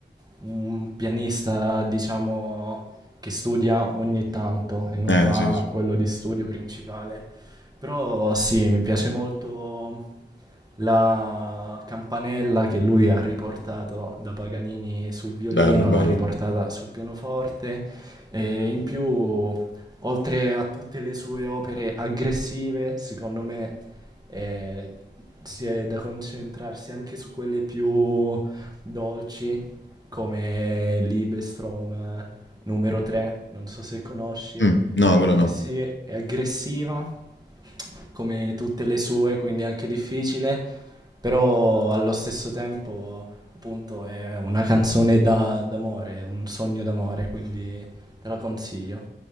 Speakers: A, on the right; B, on the left.
A: un pianista, diciamo, che studia ogni tanto e non
B: Eh,
A: fa
B: sì, sì.
A: quello di studio principale. Però sì, mi piace molto la campanella che lui ha riportato da Paganini sul violino,
B: Bello, bello.
A: l'ha riportata sul pianoforte e in più oltre a tutte le sue opere aggressive, secondo me eh, si è da concentrarsi anche su quelle più dolci, come Libestrom eh, numero 3, non so se conosci,
B: Mh, no, quello
A: che
B: no.
A: sì, è è aggressiva come tutte le sue, quindi è anche difficile, però allo stesso tempo appunto è una canzone da- d'amore, un sogno d'amore, quindi te la consiglio.